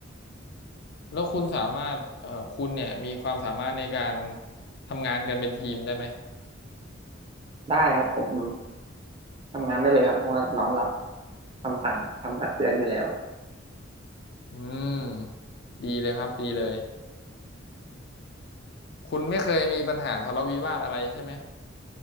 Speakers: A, on the left; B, on the right.
A: แล้วคุณสามารถเอ่อคุณเนี่ยมีความสามารถในการทำงานกันเป็นทีมได้ไหม
B: ได้ครับผมทำงานได้เลยครับเพราะว่าน้อมรับคำสั่งคำตักเตือนอยู่แล้ว
A: อืมดีเลยครับ ดีเลยคุณไม่เคยมีปัญหาทะเลาะวิวาทอะไรใช่ไหม